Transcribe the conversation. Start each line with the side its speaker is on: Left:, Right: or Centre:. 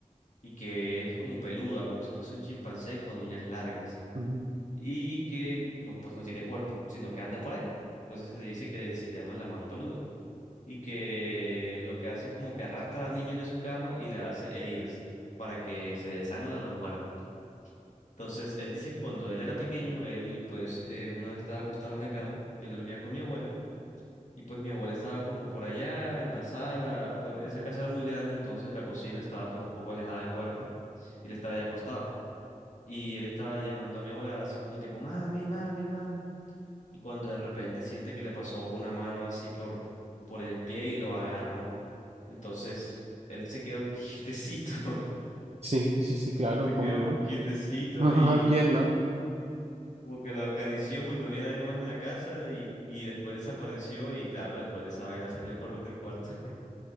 Left: y que es como peluda, como si fuese un chimpancé con uñas largas
Right: Ujú.
Left: y que no, pues no tiene cuerpo, sino que anda por ahí. Entonces le dice que si le llama la mano peluda y que lo que hace es como que arrastra a niños de su cama y le hace heridas para que se desangren o no mueran. Entonces él dice que cuando él era pequeño, él pues eh, una vez estaba acostado en la cama y él dormía con mi abuela. Y pues mi abuela estaba como por allá en la sala, pues esa casa era muy grande, entonces la cocina estaba pues un poco alejada del cuarto y él estaba ya acostado. Y él estaba llamando a mi abuela así como tipo, mami, mami, mami. Y cuando de repente siente que le pasó una mano así por, por el pie y lo agarró. Entonces él se quedó <laughs> quietecito,
Right: Sí, sí, sí, claro,
Left: se
Right: ¿cómo
Left: quedó
Right: no?
Left: quietecito
Right: <laughs>
Left: y
Right: ¿Quién no?
Left: como que lo acarició porque no había nadie más en la casa y, y después desapareció y claro, después de esa vaina salió a correr del cuarto.